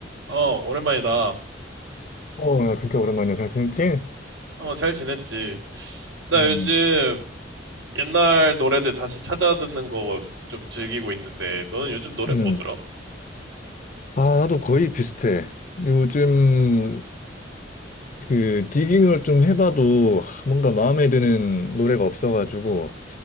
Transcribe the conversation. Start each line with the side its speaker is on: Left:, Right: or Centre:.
Right: 어, 오랜만이다.
Left: 어, 야, 진짜 오랜만이야. 잘 지냈지?
Right: 어, 잘 지냈지? 나
Left: 음,
Right: 요즘 옛날 노래들 다시 찾아 듣는 거 좀 즐기고 있는데, 너는 요즘 노래
Left: 음.
Right: 뭐 들어?
Left: 아, 나도 거의 비슷해. 요즘 그 디깅을 좀 해봐도 뭔가 마음에 드는 노래가 없어가지고